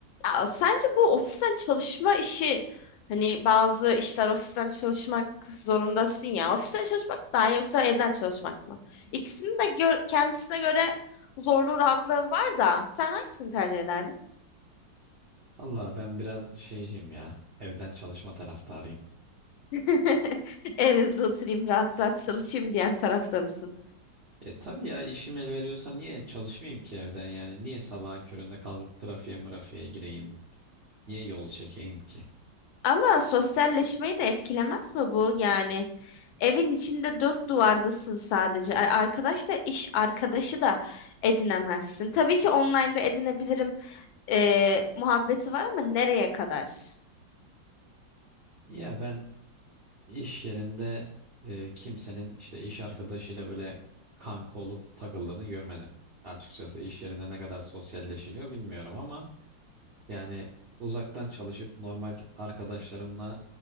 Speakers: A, on the left; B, on the right.
A: Ya sence bu ofisten çalışma işi hani bazı işler ofisten çalışmak zorundasın ya. Ofisten çalışmak mı daha iyi yoksa evden çalışmak mı? İkisinin de gö- kendisine göre zorluğu rahatlığı var da sen hangisini tercih ederdin?
B: Valla ben biraz şeyciyim ya. Evden çalışma taraftarıyım.
A: <laughs> Evimde oturayım rahat rahat çalışayım diyen tarafta mısın?
B: E tabii ya işim el veriyorsa niye çalışmayayım ki evden yani? Niye sabahın köründe kalkıp trafiğe mırafiğe gireyim? Niye yol çekeyim ki?
A: Ama sosyalleşmeyi de etkilemez mi bu? Yani evin içinde dört duvardasın sadece. Ar- Arkadaş da iş arkadaşı da edinemezsin. Tabii ki online'da edinebilirim. e, muhabbeti var ama nereye kadar?
B: Ya ben iş yerinde e, kimsenin işte iş arkadaşıyla böyle kanka olup takıldığını görmedim. Açıkçası iş yerinde ne kadar sosyalleşiliyor bilmiyorum ama yani uzaktan çalışıp normal arkadaşlarımla